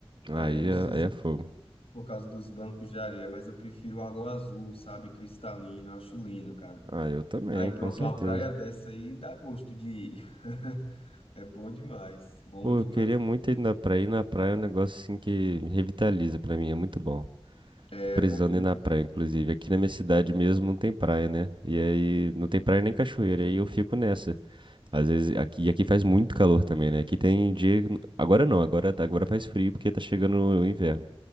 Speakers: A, on the left; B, on the right.
A: É,
B: aí
A: não
B: é,
A: sei se
B: aí é
A: é
B: fogo.
A: por causa dos bancos de areia, mas eu prefiro água azul, sabe? Cristalina, eu acho lindo, cara.
B: Ah, eu também,
A: Aí pronto,
B: com certeza.
A: uma praia dessa aí dá gosto de ir. <laughs> É bom demais, bom
B: Pô,
A: demais,
B: eu queria
A: bom.
B: muito ir na praia. Ir na praia é um negócio assim que revitaliza pra mim, é muito bom.
A: É
B: Tô precisando
A: bom demais.
B: ir na praia, inclusive. Aqui na minha cidade mesmo não tem praia, né? E aí não tem praia nem cachoeira, aí eu fico nessa. Às vezes aqui, e aqui faz muito calor também, né? Aqui tem dia, agora não, agora tá- agora faz frio porque tá chegando o inverno.